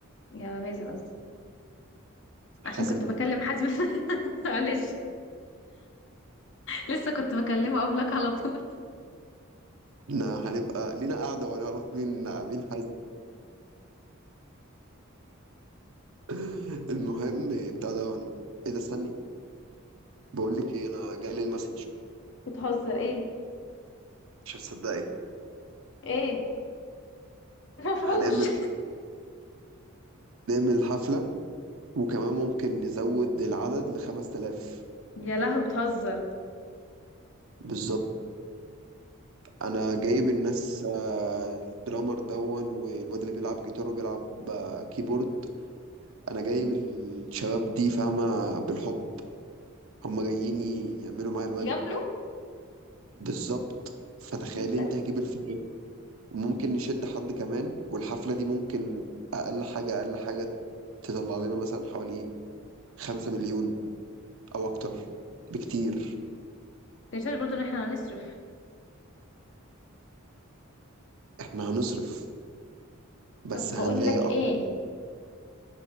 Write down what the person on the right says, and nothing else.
حازم
احنا هنبقى لينا قاعدة وهنعرف مين مين حازم <laughs> المهم بتاع ده ايه ده استني بقول لك ايه انا جالي المسج
مش هتصدقي
هنعمل نعمل حفلة وكمان ممكن نزود العدد ل 5000
بالظبط انا جايب الناس آه، الدرامر دون والواد اللي بيلعب جيتار وبيلعب آه، كيبورد انا جايب الشباب دي فاهمة بالحب هم جايين يعملوا معايا الواجب
بالظبط فتخيلي
انت هجيب الفريق وممكن نشد حد كمان والحفلة دي ممكن اقل حاجة اقل حاجة تطلع لنا مثلا حوالي 5 مليون او اكتر بكتير
احنا هنصرف بس
هنلاقي
اكتر